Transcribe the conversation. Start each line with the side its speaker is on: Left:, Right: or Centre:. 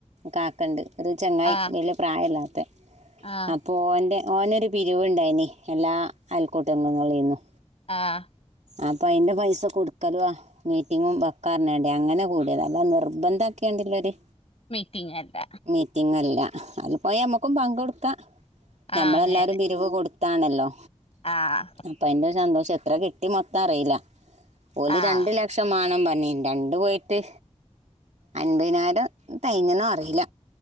Right: കാക്ക ഉണ്ട് ഒരു ചങ്ങായി
Left: ആഹ്
Right: വല്യേ പ്രായല്ലാത്തെ
Left: ആഹ്
Right: ഓന്റെ ഓനൊരു പിരിവുണ്ടായിന് എല്ലാ അയൽക്കൂട്ടഅംഗങ്ങളീന്നും
Left: ആഹ്
Right: അപ്പൊ അയിന്റെ പൈസ കൊടുക്കലാ മീറ്റിങ്ങും വക്കന്നറിഞാണ്ട അങ്ങനെ കൂടിയതാ അല്ലാണ്ടെ നിർബന്ധമാക്കിയേണ്ട്ല്ലര്
Left: മീറ്റിംഗല്ല
Right: മീറ്റിംഗല്ല അതിൽ പോയ നമ്മുക്കും പങ്കെടുക്കാം ഞമ്മളെല്ലാവരും
Left: ആഹ് അങ്ങനെ
Right: പിരിവ് കൊടുത്താണല്ലോ
Left: ആഹ്
Right: അപ്പൊ അയിന്റെ സന്തോഷം എത്ര കിട്ടി മൊത്തം അറിയില്ല ഓല്
Left: ആഹ്
Right: രണ്ടു ല ലക്ഷംമാണം പറഞ്ഞിന്നു രണ്ട് പോയിട്ട് അൻപതിനായിരം തെയ്ഞ്ഞൊന്ന് അറിയില്ല